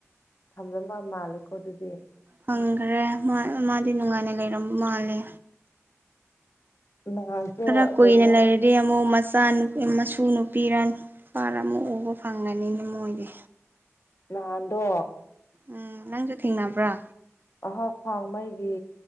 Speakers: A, on the left; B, on the right.
A: ꯊꯝꯕ ꯃꯥ ꯃꯥꯜꯂꯦꯀꯣ ꯑꯗꯨꯗꯤ
B: ꯍꯪꯈ꯭ꯔꯦ ꯃꯥ ꯃꯥꯗꯤ ꯅꯨꯡꯉꯥꯏꯅ ꯂꯩꯔ ꯃꯥꯜꯂꯦ
A: ꯅꯍꯥꯟꯁꯨ
B: ꯈꯔ ꯀꯣꯏꯅꯦ
A: ꯀꯩꯅꯣ
B: ꯂꯩꯔꯔꯤꯦ ꯌꯥꯝ ꯃꯁ ꯆꯥ ꯃꯁꯨ ꯅꯨꯄꯤꯔ ꯅꯨꯄꯥꯔ ꯑꯃꯨꯛ ꯎꯕ ꯐꯪꯒꯅꯤꯅ ꯃꯣꯏꯗꯤ
A: ꯅꯥꯟꯗꯣ
B: ꯎꯝ ꯅꯪꯁꯨ ꯊꯦꯡꯅꯕ꯭ꯔꯥ
A: ꯑꯍꯥꯛ ꯐꯥꯎꯉꯩꯒꯤ